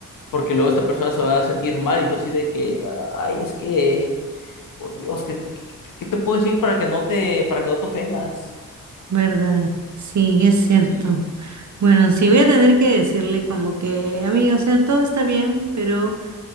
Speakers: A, on the left (about 70°); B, on the right (about 55°).
A: porque luego esta persona se va a sentir mal y tú así de que, "Ah, ay, es que, por Dios, ¿qué, qué te puedo decir para que no te, para que no te ofendas?
B: verdad, sí, es cierto.
A: Sí,
B: Bueno, sí, voy a tener que decirle como que, amigo, o sea, todo está bien, pero